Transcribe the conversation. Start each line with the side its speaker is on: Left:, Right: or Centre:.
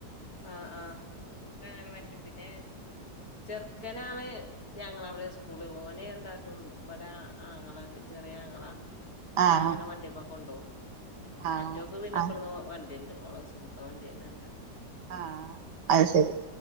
Left: ആഹ് ആഹ് ഇൻക്കങ്ങനെ പറ്റും പിന്നെ ചെർക്കനാണ് ഞങ്ങളവടെ സ്കൂള് ഓനെന്താട്ടും ഇബടെ ആങ്ങളണ്ട് ചെറ്യേ ആങ്ങളാ
Right: ആഹ്
Left: ഓനങ്ങനെ വണ്ടിമ്മേകൊണ്ടോവും.
Right: ആഹ്
Left: മറ്റോക്ക് പിന്നെ
Right: ആഹ്
Left: ഇബട്ന്ന് വണ്ടിണ്ട്. ഓളെ സ്കുൾത്തെ വണ്ട്യന്നെണ്ട്.
Right: ആഹ് അത് ശെരി